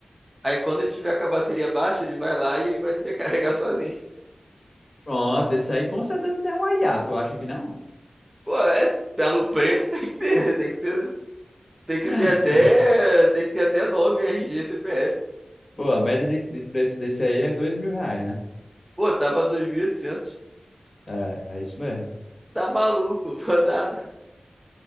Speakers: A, on the right; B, on the left.
A: Aí quando ele tiver com a bateria baixa, ele vai lá e ele vai se <laughs> recarregar sozinho.
B: Pronto, esse aí com certeza tem um hiato, acha que não?
A: Pô, é, pelo preço <laughs> tem que ter, né? tem que ter, tem que
B: <gasps>
A: ter até, tem que ter até nome, RG, CPF.
B: Pô, a média de, de preço desse aí é dois mil reais, né?
A: Pô, tava 2.800.
B: É, é isso mesmo.
A: Tá maluco, <laughs> vou nada.